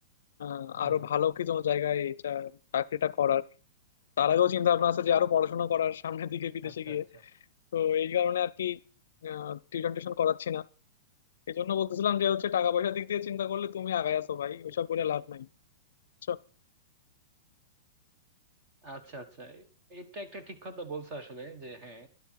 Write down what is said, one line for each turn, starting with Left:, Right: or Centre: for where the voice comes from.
Left: আহ,
Right: হম
Left: আরো
Right: হম
Left: ভালো কি কোনো জায়গায় এটা চাকরিটা করার তার আগেও চিন্তা ভাবনা আছে যে আরো পড়াশোনা করার সামনের দিকে বিদেশে
Right: আচ্ছা
Left: গিয়ে
Right: আচ্ছা
Left: তো এই কারণে আর কি টিউশন টিউশন করাচ্ছি না এই জন্য বলতেছিলাম যে হচ্ছে টাকা পয়সার দিক দিয়ে চিন্তা করলে তুমি আগায় আছো ভাই ওইসব বলে লাভ নাই বুঝছো?
Right: আচ্ছা আচ্ছা এ- এটা একটা ঠিক কথা বলছো আসলে যে হ্যাঁ